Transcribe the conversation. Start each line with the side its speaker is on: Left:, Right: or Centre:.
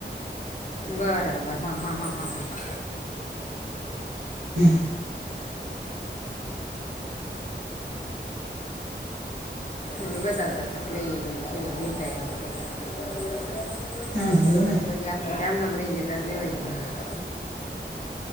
Left: બરાબર હા હા હા હા હા.
Right: હમ
Left: અને બધા બધા તક લઈવી જોઈએ લીધા છે. <inaudible>
Right: હા એવું
Left: એ
Right: ને
Left: તો જે આપડ તમ ન રહી જે ત્યારે લેવાઈ ગયો. <inaudible>